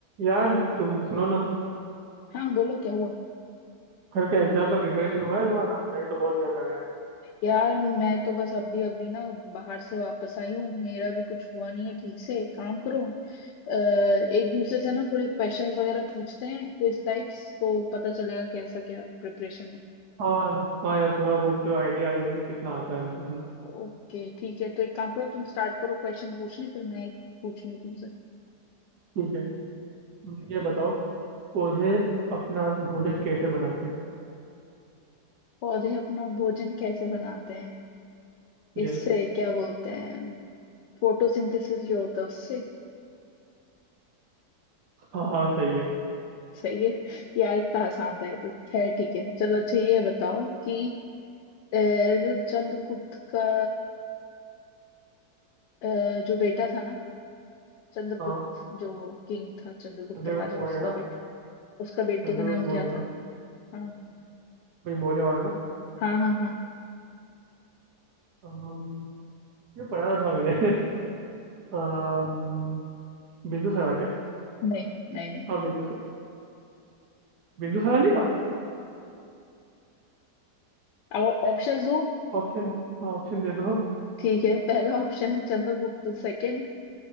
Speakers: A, on the right (about 75°); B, on the left (about 85°).
A: यार तुम सुनो ना
B: हाँ बोलो क्या हुआ
A: कल का एग्जाम का प्रिपरेशन हुआ है तुम्हारा मुझे तो बहुत डर लग रहा है
B: यार मैं तो बस अभी अभी ना बाहर से वापस आई हूँ मेरा भी कुछ हुआ नहीं है ठीक से एक काम करो अ, एक दूसरे से ना थोड़े क्वेश्चंस वगैरह पूछते हैं क्विज टाइप्स तो पता चलेगा कैसा क्या प्रिपरेशन है
A: हाँ हाँ यार थोड़ा बहुत आइडिया आ जाएगा कि कितना आता है हमको है ना
B: ओके ठीक है तो एक काम करो तुम स्टार्ट करो क्वेश्चन पूछने फिर मैं एक पूछूंगी तुमसे
A: ठीक है हम्म, ये बताओ पौधे अपना भोजन कैसे बनाते हैं
B: पौधे अपना भोजन कैसे बनाते हैं इससे
A: यस
B: क्या बोलते हैं फोटोसिंथेसिस जो होता है उससे
A: हाँ हाँ सही है
B: सही है यार इतना आसान था ये तो खैर ठीक है चलो अच्छा ये बताओ कि अ, जो चंद्रगुप्त का अ, जो बेटा था ना चंद्रगुप्त
A: हाँ
B: जो किंग था चंद्रगुप्त
A: चंद्रगुप्त
B: राजा
A: मौर्य
B: उसका
A: ना
B: बेटा उसका बेटे
A: चंद्रगुप्त
B: का नाम
A: मौर्य
B: क्या
A: ना
B: था हाँ
A: कोई मौर्य वाला ना
B: हाँ हाँ हाँ
A: अम, ये पढ़ा था मैंने <laughs> अम, बिंदुसारा क्या
B: नहीं नहीं नहीं
A: हाँ बिंदुसार बिंदुसारा नहीं था
B: नहीं ऑप्शन दो
A: ऑप्शन हाँ ऑप्शन दे दो <laughs>
B: ठीक है पहला ऑप्शन है चंद्रगुप्त सेकंड